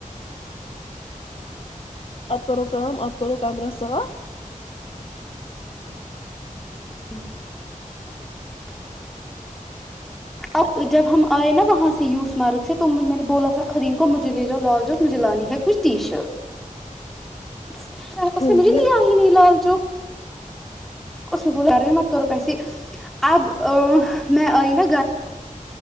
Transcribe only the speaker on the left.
اپ کرو کا اپ کرو کمرہ صاف
ہوں
ہوں